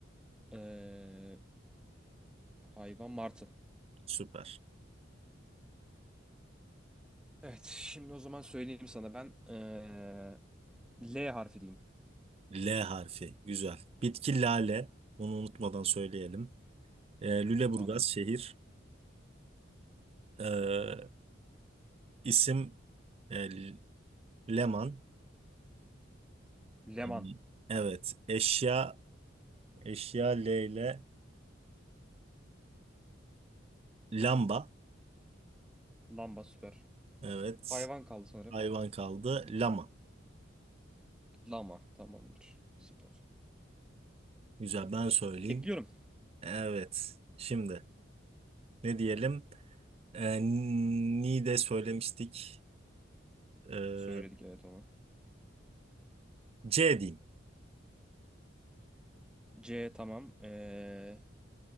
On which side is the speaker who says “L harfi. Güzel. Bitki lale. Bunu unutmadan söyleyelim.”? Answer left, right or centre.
Right